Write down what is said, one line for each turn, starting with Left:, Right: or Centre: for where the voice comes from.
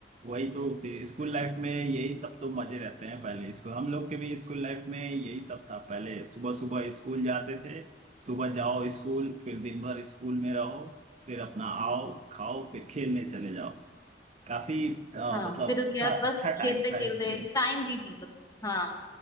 Right: वही तो फिर स्कूल लाइफ में यही सब तो मजे रहते हैं पहले स्कूल हम लोग के भी स्कूल लाइफ में यही सब था पहले सुबह सुबह स्कूल जाते थे सुबह जाओ स्कूल फिर दिन भर स्कूल में रहो फिर अपना आओ खाओ फिर खेलने चले जाओ काफी अ,
Left: हाँ
Right: मतलब
Left: फिर उसके
Right: अच्छा
Left: बाद
Right: अच्छा
Left: बस खेलते
Right: टाइम था
Left: खेलते
Right: स्कूल
Left: टाइम बीत जाता था हाँ